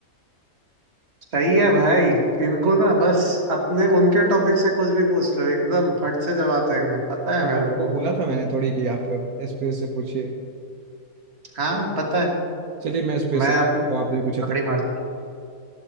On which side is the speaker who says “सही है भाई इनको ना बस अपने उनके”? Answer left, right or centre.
Right